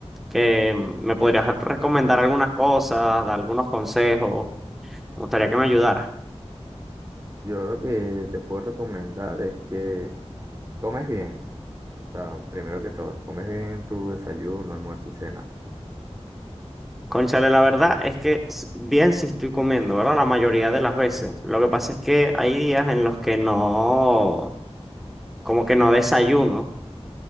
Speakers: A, in the centre; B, on the right (about 30°).
A: Que me podrías recomendar algunas cosas, dar algunos consejos. Me gustaría que me ayudara.
B: yo lo que te puedo recomendar es que comes bien. O sea, primero que todo, comes bien tu desayuno, almuerzo y cena.
A: Cónchale, la verdad es que s- bien si estoy comiendo, ¿verdad? La mayoría de las veces. Lo que pasa es que hay días en los que no, como que no desayuno